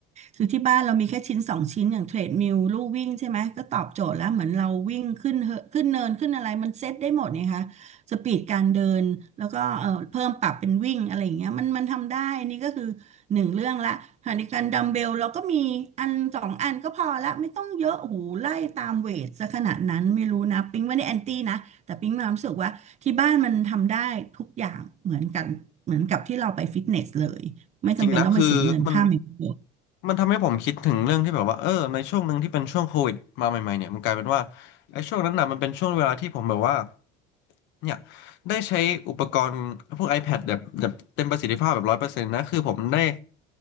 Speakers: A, on the right; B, on the left.
A: คือที่บ้านเรามีแค่ชิ้นสองชิ้นอย่างเทรดมิลลู่วิ่งใช่ไหมก็ตอบโจทย์แล้วเหมือนเราวิ่งขึ้นเหอะขึ้นเนินขึ้นอะไรมันเซตได้หมดนี่คะ สปีดการเดินแล้วก็เอ่อเพิ่มปรับเป็นวิ่งอะไรอย่างเงี้ยมันมันทำได้นี่ก็คือหนึ่งเรื่องละขณะเดียวกันดัมเบลเราก็มีอันสองอันก็พอละไม่ต้องเยอะโอ้โหูไล่ตามเวทซะขนาดนั้นไม่รู้นะปิ๊งไม่ได้แอนตี้นะแต่ปิ๊งมีความรู้สึกว่าที่บ้านมันทำได้ทุกอย่างเหมือนกันเหมือนกับที่เราไปฟิตเนสเลยไม่จำเป็นต้องไปเสียเงินค่าเมมเบอร์
B: จริงๆนะคือมันมันทำให้ผมคิดถึงเรื่องที่แบบว่าเออในช่วงหนึ่งที่เป็นช่วงโควิดมาใหม่ๆเนี่ยมันกลายเป็นว่าไอ้ช่วงนั้นน่ะมันเป็นช่วงเวลาที่ผมแบบว่า เนี่ยได้ใช้อุปกรณ์พวก iPad แบบแบบเต็มประสิทธิภาพแบบร้อยเปอร์เซ็นต์นะคือผมได้